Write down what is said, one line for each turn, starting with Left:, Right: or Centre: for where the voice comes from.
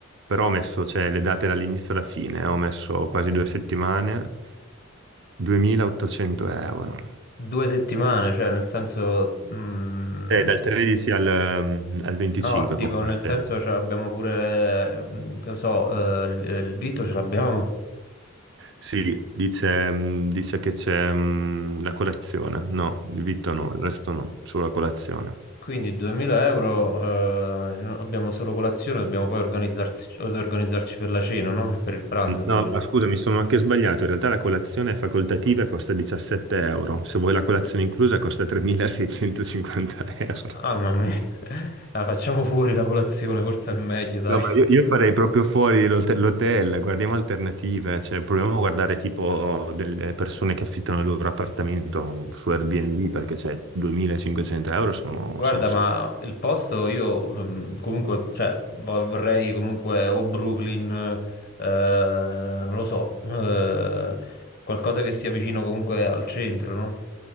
Right: però ho messo, cioè, le date dall'inizio alla fine, eh, ho messo quasi due settimane, 2800 euro.
Left: Due settimane, cioè, nel senso... mm,
Right: Eh, dal 13 al, ehm, al 25,
Left: no, dico,
Right: come abbiamo
Left: nel senso,
Right: detto.
Left: cioè, abbiamo pure, eh, mm, che lo so, eh, il, eh, il Vito ce l'abbiamo.
Right: Sì, dice, mm, dice che c'è mm, la colazione. No, il vitto no, il resto no, solo la colazione.
Left: Quindi 2000 euro, eh, no- abbiamo solo colazione, dobbiamo poi organizzarci, organizzarci per la cena, no? E per il pranzo fuori.
Right: No, ma scusa, mi sono anche sbagliato. In realtà la colazione è facoltativa e costa 17 euro. Se vuoi la colazione inclusa costa 3.650 euro.
Left: Ah, mamma mia. <laughs> La facciamo fuori la colazione, forse è meglio, dai.
Right: No, ma io, io farei proprio fuori l'hotel, l'hotel, guardiamo alternative, cioè proviamo a guardare tipo delle persone che affittano il loro appartamento su Airbnb perché cioè 2500 euro sono,
Left: Guarda,
Right: sono un
Left: ma
Right: sacco.
Left: il posto io ehm, comunque, cioè, vo- vorrei comunque o Brooklyn, eh, non lo so, eh, qualcosa che sia vicino comunque al centro, no?